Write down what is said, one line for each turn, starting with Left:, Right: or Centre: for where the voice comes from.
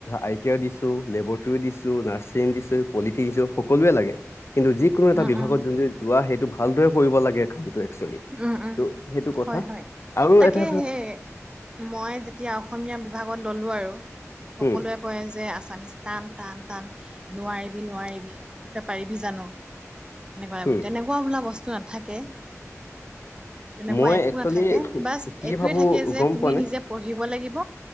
Left: আই টি‌ আই দিছো লেবৰেটৰ দিছো নাৰছিং দিছো পলিটেক দিছো সকলোৱে লাগে <unintelligible> কিন্তু যিকোনো এটা
Right: উম,
Left: বিভাগত
Right: উম,
Left: যোন যোৱা সেইটো ভালদৰে কৰিব লাগে কামটো একচুৱেলি
Right: উম, উম,
Left: ত এইটো কথা
Right: হয় হয়।
Left: আৰু
Right: তাকে
Left: এটা
Right: সেই মই যেতিয়া অসমীয়া বিভাগত ললো আৰু
Left: উম
Right: সকলোৱে কয় যে আছামিছ টান টান টান নোৱাৰিবি নোৱাৰিবি তই পাৰিবি জানো সেনেকুৱা
Left: উম
Right: তেনেকুৱা বোলা বস্তু নাথাকে তেনেকুৱা
Left: মই
Right: একো
Left: একচুৱেলি
Right: নাথাকে বাচ
Left: কি
Right: এইটোৱে
Left: ভাবো
Right: থাকে যে
Left: গম
Right: তুমি
Left: পোৱা নে
Right: নিজে পঢ়িব লাগিব